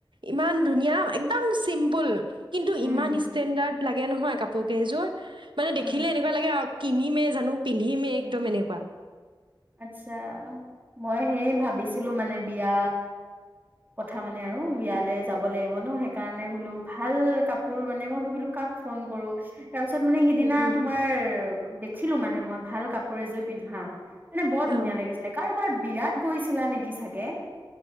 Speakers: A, on the right; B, on the right.
A: ইমান ধুনীয়া একদম চিম্পুল কিন্তু
B: উম
A: ইমান ষ্টেণ্ডাৰ্ড লাগে নহয় কাপোৰ কেইযোৰ মানে
B: উম
A: দেখিলে এনেকুৱা লাগে কিনিমেই জানো পিন্ধিমেই একদম এনেকুৱা
B: আচ্ছা, মই সেই ভাবিছিলো মানে বিয়া, কথা মানে আৰু বিয়ালে যাব লাগিব ন সেইকাৰণে বোলো ভাল কাপোৰ মানে মই ভাবিলো কাক ফোন কৰো তাৰপিছত মানে সিদিনা
A: উম উম
B: তোমাৰ,
A: উম
B: দেখিলো মানে মই ভাল কাপ কৰে এযোৰ পিন্ধা মানে বৰ ধুনীয়া
A: অ
B: লাগিছিলে কাৰ বাৰ বিয়াত গৈছিলা নেকি চাগে?